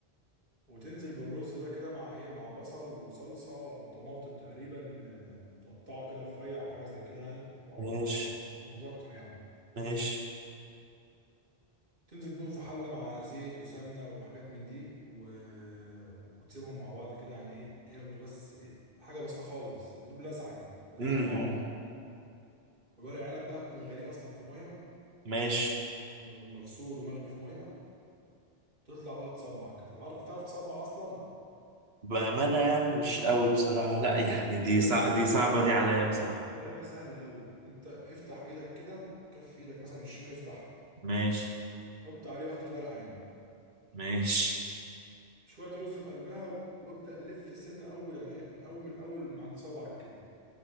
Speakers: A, on the right (about 55°); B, on the right (about 70°).
A: وتنزل بالرز ده كده مع ايه مع بصل وصلصه وطماطم تقريبا آه، متقطعه كده رفيع او حاجه زي كده يعني على
B: ماشي
A: ما على ما- على ما اتذكر يعني
B: ماشي
A: تنزل بيهم في حله مع زيت وسمنه وحاجات من دي و... وتسيبهم مع بعض كده يعني ايه ياخدوا بس ايه حاجه بسيطه خالص يا دوب لسعه كده بعد
B: امم
A: كده ترفعهم
B: أمم،
A: والورق عنب بقى تكون غاليه اصلا في ميه
B: ماشي
A: مغسول ومغلي في ميه تطلع بقى تصبع كده عارف بتعرف تصبع اصلا
B: بأمانة يعني مش قوي بصراحة لا يعني
A: هي
B: دي صع...
A: بص
B: دي
A: هي
B: صعبة دي عليا بصراحة
A: طريقة سهلة قوي انت افتح ايدك كده كف ايدك مثلا الشمال افتحها
B: ماشي
A: حط عليه واحدة ورق عنب
B: ماشي
A: شوية رز في قلبها وابدأ لف سنة اول يعني ايه من اول من اول من عند صابعك كده